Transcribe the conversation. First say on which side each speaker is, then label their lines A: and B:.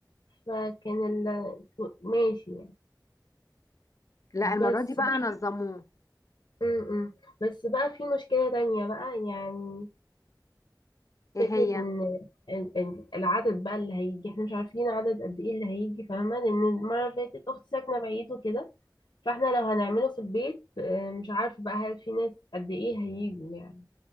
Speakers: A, on the left; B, on the left.
A: فكان ال... ماشي يعني
B: لا
A: بس
B: المرة دي بقى
A: بقى
B: نظموه
A: م -م. بس بقى في مشكلة تانية بقى يعني
B: ايه
A: فكرة
B: هي
A: ان ال- ال- العدد بقى اللي هيجي احنا مش عارفين عدد قد ايه اللي هيجي فاهمة لان المرة اللي فاتت اختي ساكنة بعيد وكده فاحنا لو هنعمله في البيت آه، مش عارفة بقى هل في ناس قد ايه هيجوا يعني